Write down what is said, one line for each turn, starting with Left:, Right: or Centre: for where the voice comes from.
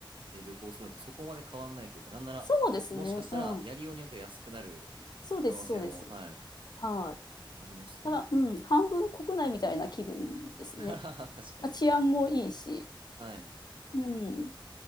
Right: で旅行するのとそこまで変わんないというか、なんなら、
Left: そうですね。
Right: もしかしたらやりようによっては安くなる可能性も、
Left: うん。そうです、そうです。
Right: はい、
Left: はい。
Right: ありますよね。
Left: だから、うん、半分国内みたいな気分ですね。
Right: <laughs> 確かに。
Left: まあ、治安もいいし。
Right: はい。
Left: うん。